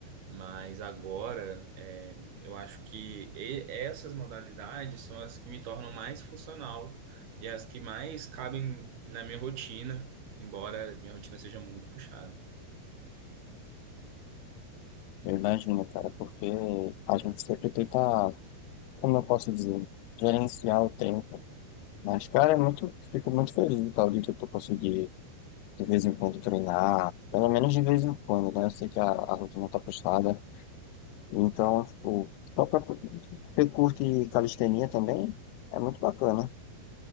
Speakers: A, on the right (about 70°); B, on the left (about 80°).
A: mas agora é, eu acho que e- essas modalidades são as que me tornam mais funcional e as que mais cabem na minha rotina, embora minha rotina seja muito puxada.
B: Eu imagino, cara, porque a gente sempre tenta, como eu posso dizer, gerenciar o tempo. Mas, cara, é muito, fico muito feliz do tal de tu conseguir, de vez em quando, treinar, pelo menos de vez em quando, né? Eu sei que a, a rotina tá puxada, então, tipo, só pra, você curte calistenia também? É muito bacana.